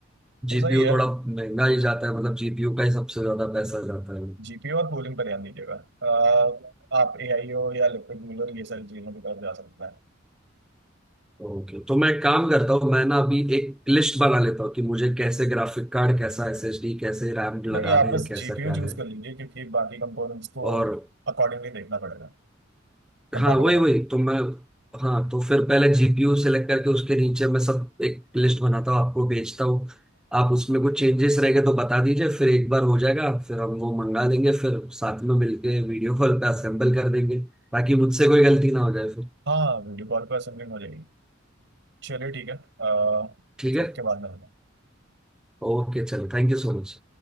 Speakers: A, on the right; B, in the centre.
A: तो
B: जीपीयू
A: सही है
B: थोड़ा महंगा ही जाता है मतलब जीपीयू का ही सबसे ज्यादा पैसा जाता है
A: जीपीयू और कूलिंग पर ध्यान दीजिएगा अह, आप एआई हो या लिक्विड कूलर ये सारी चीजों की तरफ जा सकता है
B: ओके तो मैं काम करता हूँ मैं ना अभी एक लिस्ट बना लेता हूँ कि मुझे कैसे ग्राफिक कार्ड कैसा एसएसडी कैसे रैम
A: नहीं
B: लगाने
A: आप बस
B: हैं कैसा
A: जीपीयू
B: क्या
A: चूज
B: है
A: कर लीजिए क्योंकि बाकी कंपोनेंट्स को
B: और
A: अकॉर्डिंगली देखना पड़ेगा कंपैटिबल
B: हाँ वही
A: है
B: वही तो मैं हाँ तो फिर पहले जीपीयू सेलेक्ट करके उसके नीचे मैं सब एक लिस्ट बनाता हूँ आपको भेजता हूँ आप उसमें कुछ चेंजेस रह गए तो बता दीजिए फिर एक बार हो जाएगा फिर हम वो मंगा देंगे फिर साथ में मिलके वीडियो कॉल पे असेंबल कर देंगे ताकि मुझसे कोई गलती ना हो जाए फिर
A: हाँ वीडियो कॉल पर असेंबलिंग हो जाएगी चलिए ठीक है अह, कुछ
B: ठीक है
A: वक्त के बाद में
B: ओके चलो थैंक यू सो मच